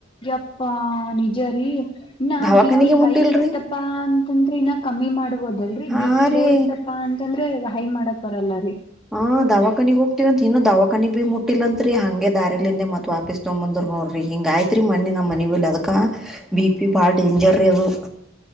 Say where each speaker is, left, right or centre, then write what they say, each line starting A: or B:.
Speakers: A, on the left; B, in the centre.
A: ಎಪ್ಪಾ ನಿಜ ರೀ ಇನ್ನ
B: ದವಾಖಾನಿಗೆ
A: ಬಿ ಪಿ ಹೈ
B: ಮುಟ್ಟಿಲ್ರಿ
A: ಇತ್ತಪಾ ಅಂತಂದ್ರೆ ಇನ್ನ ಕಮ್ಮಿ ಮಾಡ್ಬೋದಲ್ರರಿ
B: ಹಾ
A: ಬಿ ಪಿ
B: ರೀ
A: ಲೋ ಇತ್ತಪಾ ಅಂತಂದ್ರ ಹೈ ಮಾಡಕ್ ಬರಲ್ಲ ರೀ
B: ಹ ದವಾಖಾನಿಗ್ ಹೋಗ್ತಿೀವಂತ ಇನ್ನು ದವಾಖಾನಿ ಬಿೀ ಮುಟ್ಟಿಿಲ್ಲಂತ್ರಿ ಹಂಗೆ ದಾರಿಲಿಂದ ಮತ್ತತ್ ವಾಪಿಸಸ್ ತೊಂಬಂದ ನೋಡ್ರಿ ಹಿಂಗೆ ಆಯ್ತ್ರಿ ಮ್ಣಿ ನಮ್ಮ ಮನೆ ಅದಕ್ಕ ಬಿ ಪಿ ಬಾಳ ಡೇಂಜರ್ ಅದು